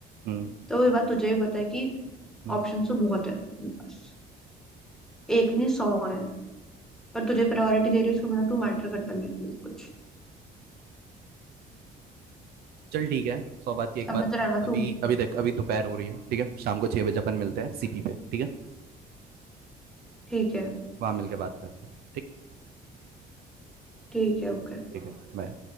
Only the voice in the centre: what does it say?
तो ये बात तुझे भी पता है कि
ऑप्शंस तो बहुत है मेरे पास एक नहीं सौ है पर तुझे प्रायोरिटी दे रही है उसका मतलब तू मैटर करता नहीं है कुछ
समझ
रहा है ना
तू
ठीक है
ठीक है ओके